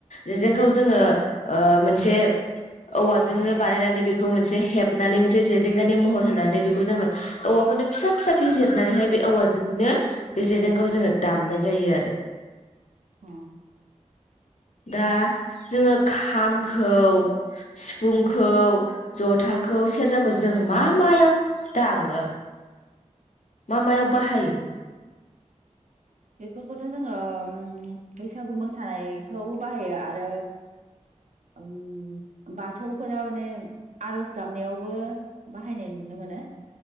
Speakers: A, on the left; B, on the right.
A: जेेजेंखौ जोङो ओ मोनसे औवाजोंनो बानायनानै बेखौ मोनसे हेबनानै मोनसे जेजेंगानि महर होनानै बेखौ जोङो औवाखौनो फिसा फिसा बिजिरनानैहाय बे औवाजोंनो बे जेजोंनो जोङो दामनाय जायो आरो।
B: अ
A: दा जोङो खामखौ सिफुंखौ जथाखौ सेरजाखौ जों मा मायाव दामो। मा मायाव बाहायो।
B: बेफोरखौथ' जोङो उम बैसागु मोसानायफ्रावबो बाहायो आरो उम बाथौफोरा माने आरज गाबनायावबो बाहायनाय नुनो मोनो।